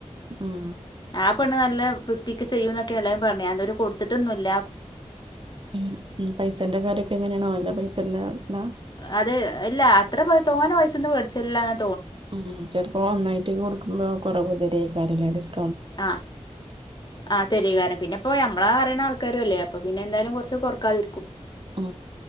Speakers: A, on the right; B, on the left.
A: ഉം
B: ആ പെണ് നല്ല വൃത്തിക്ക് ചെയ്യും എന്നൊക്കെ എല്ലാവരും പറഞ്ഞ് ഞാ ഇതുവരെ കൊടുത്തിട്ടൊന്നും ഇല്ല
A: ഉം പൈസേന്റെ കാര്യൊക്കെ എങ്ങനെയാണ് ഓൻ്റ പൈസല്ല എന്താ
B: അത് ഇല്ല അത്ര പ തോനെ പൈസൊന്നും മേടിച്ചില്ല അ
A: ഉ ചിലപ്പോ ഒന്നായിട്ട് കൊടുക്കുമ്പോ കൊറെ കുതിരി ആയിക്കാറ ലേഡീസ്
B: ആ ആ തെരി കാരണം പിന്നെപ്പോ നമ്മള അറിയണ ആൾ ആക്കാരുംല്ലേ അപ്പ പിന്നെ എന്താലും കുറച്ച്റക്കാതി
A: ആ